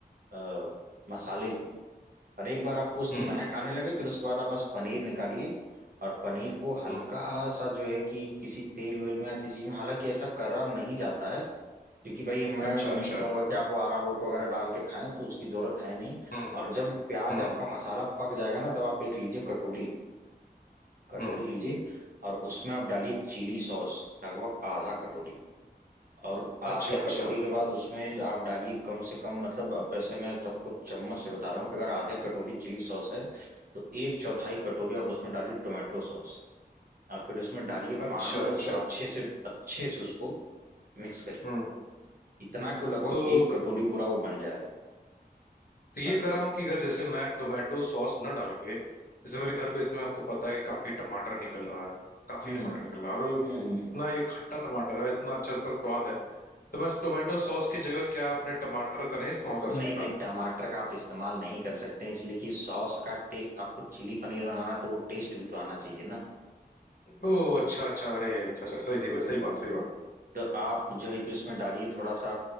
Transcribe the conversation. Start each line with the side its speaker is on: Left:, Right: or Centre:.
Right: आ, मसाले की और एक बार आपको उसकी
Left: हम्म
Right: महक आने लगे फिर उसके बाद आप बस पनीर निकालिए और पनीर को हल्का
Left: हम्म
Right: सा जो है कि किसी तेल वेल में या किसी चीज में हालांकि ऐसा करा नहीं जाता है क्योंकि भाई मैं
Left: अच्छा
Right: नहीं
Left: अच्छा
Right: कहूंगा कि आप वो अरारोट वगैरह डाल के खाएं तो उसकी जरूरत है नहीं
Left: हम्म
Right: और जब प्याज
Left: हम्म
Right: आपका मसाला पक जाएगा ना तब आप एक लीजिए कटोरी कटोरी
Left: हम्म
Right: लीजिए और उसमें आप डालिए चिली सॉस लगभग आधा कटोरी और आधे
Left: अच्छा अच्छा
Right: कटोरी के बाद उसमें आप डालिए कम से कम मतलब अब वैसे मैं आपको चम्मच से बता रहा हूँ कि अगर आधे कटोरी चिली सॉस है तो एक चौथाई कटोरी आप उसमें डालिए टोमेटो सॉस और फिर उसमें डालिए
Left: अच्छा
Right: पानी और
Left: अच्छा
Right: उसको अच्छे से अच्छे से उसको मिक्स करिए
Left: हम्म
Right: इतना कि वो लगभग
Left: तो
Right: एक कटोरी पूरा वो बन जाए
Left: तो ये
Right: भर
Left: कर
Right: के
Left: रहा हूँ कि अगर जैसे मैं टोमेटो सॉस न डाल के जैसे मेरे घर पे इसमें आपको पता है कि काफी टमाटर निकल रहा है काफी
Right: हम्म
Left: टमाटर निकल रहा है और
Right: हम्म हम्म।
Left: इतना ये खट्टा टमाटर है इतना अच्छा इसका स्वाद है तो मैं टोमेटो सॉस की जगह क्या आपने टमाटर का नहीं इस्तेमाल कर
Right: नहीं
Left: सकता
Right: नहीं टमाटर का आप इस्तेमाल नहीं कर सकते हैं, इसलिए कि सॉस का टे आपको चिली पनीर बनाना है तो वो टेस्ट भी तो आना चाहिए ना
Left: ओह अच्छा अच्छा अरे अच्छा अच्छा सही सही बात सही बात सही बात
Right: तो आप जो है कि उसमें डालिए थोड़ा सा